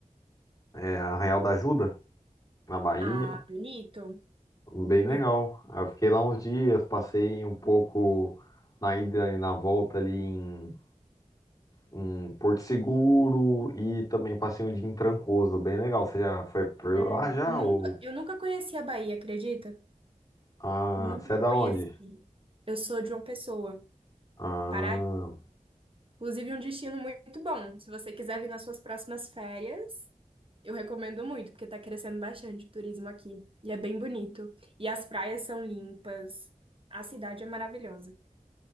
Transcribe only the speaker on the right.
Ah, bonito.
Bonito.
É.
Nunca,
eu nunca conheci a Bahia, acredita?
Nunca
conheci.
Eu sou de uma pessoa.
Pará Inclusive, um destino muito bom. Se você quiser vir nas suas próximas férias, eu recomendo muito, porque tá crescendo bastante o turismo aqui. E é bem bonito. E as praias são limpas. A cidade é maravilhosa.